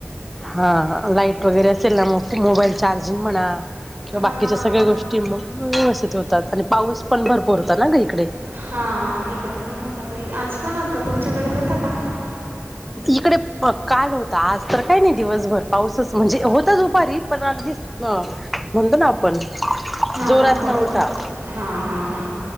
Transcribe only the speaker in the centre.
हा लाईट वगैरे असेल ना मग मोबाईल चार्जिंग म्हणा किंवा
बाकीच्या सगळ्या गोष्टी व्यवस्थित होतात आणि पाऊस पण भरपूर होताात ना ग इकडे
इकडे काल होता आज तर काय नाही दिवसभर पाऊसच म्हणजे होता दुपारी अगदी म्हणतो ना आपण
जोरात
नव्हता